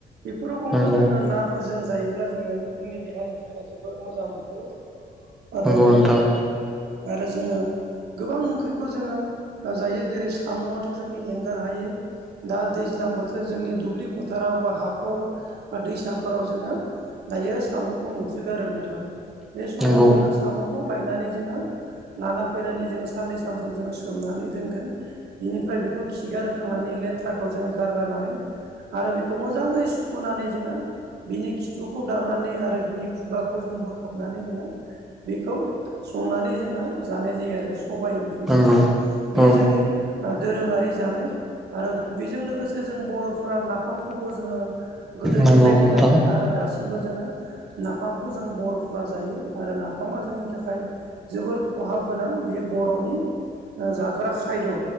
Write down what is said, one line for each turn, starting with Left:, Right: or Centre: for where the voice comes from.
Right: बेफोर गंखौ
Centre: नंगौ
Right: नाफोरजों जायोब्ला जोङो जोंनि देहानि थाखाय जोबोर मोजां बिफोरो आदार
Centre: नंगौ नोंथां
Right: आरो जोङो गोबां ओंख्रिखौ जोङो जायो जेरै साम'आथ' जोंनि एंगार हायै दा दैज्लां बोथोर जोंनि दुब्लि फोथाराव बा हाखर बा दैसाफोराव जोङो दायो साम'खौ मोनसोगारो नोंथां। बे समाव
Centre: नंगौ
Right: जोङो साम'खौ लायनानै जोङो लाना फैनानै जोङो साननै सानथाम जोङो सोमनानै दोनगोन। बिनिफ्राय बेखौ खिगार होखांनानै लेथ्राखौ जोङो गारगारनानै आरो बेखौ मोजाङै सुख'नानै जोङो बिनि खिथुखौ दाननानै आरो बिनि खुगाखौ जों बोखाबनानै जोङो बेखौ संनानै जोङो जानाय जायो आरो सबाय ओंख्रि।
Centre: नंगौ।
Right: बे
Centre: औ
Right: जोंनि दोरोङारि जानाय। आरो बेजों लोगोसे जों बर'फोरा नाफामखौबो जोङो गोदोनिफ्रायनो
Centre: नंगौ नोंथां
Right: जायो आरो दासिमबो जोङो नाफामखौ जों बर'फोरा जायो आरो नाफामा जोंनि थाखाय जोबोर खहाब गोनां बेयो बर'नि ओ जाग्रा खायद'।